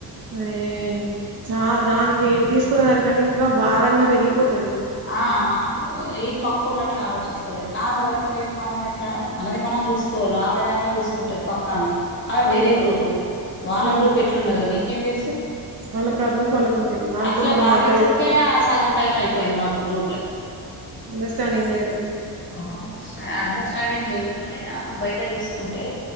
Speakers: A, on the right (about 60°); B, on the left (about 30°).
A: అరే చా దానికి తీసుకున్న దానికంటే ఇంకా భారంగా పెరిగిపోతది
B: ఆ ఈ పక్క వాళ్ళ అట్లా ఆలోచిస్తలేరు ఆమె కడతలేదు మనం ఎట్లా అంటే మనది మనం చూస్ కోను ఆమెది ఆమె చూసుకుంటది పక్కామె అమె
A: అవును
B: వేరే
A: మరి
B: గ్రూపు వాళ్ళ
A: మ్మ్
B: గ్రూప్ ఎట్లుండదో నీకేం తెలుసు
A: వాళ్ళ ప్రాబ్లమ్స్ వాళ్ళకు ఉంటాయి వాళ్ళతో
B: అట్లా
A: మనం
B: వాదించుడికే
A: కంపేర్ చేసుకో
B: సగం టైం అయిపో పోయిది మాకు గ్రూలో
A: అండర్స్టాండింగ్ లేదు
B: హ స్ట అండర్స్టాండింగ్ లేదు కాని ఆహ బయట తీసుకుంటే